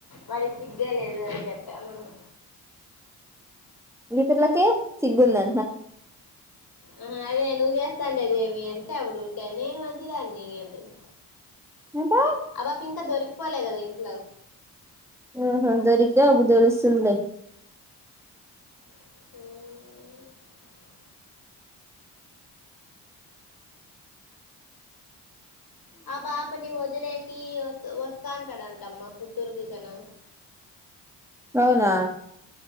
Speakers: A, on the left; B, in the centre.
A: వాడికి సిగే లేదు అని చెప్పామేము
B: ఈ పిల్లకి సిగ్గుందా
A: ఆ అదే నువ్వు చెస్ చేస్తలేవ్ ఏమి అంటే నేను మంచిదాన్ని అంటుంది
B: అబ్బా
A: అపాప ఇంకా దొరికిపోలే కదా ఇంట్లో
B: ఆహా దొరికితే అప్పుడు తెలుస్తుంది లే
A: హుమ్ ఆ ఆపని వొదిలేసి వస్ వస్త డంటమ్మా పుత్తూరుకి ఇతను
B: అవునా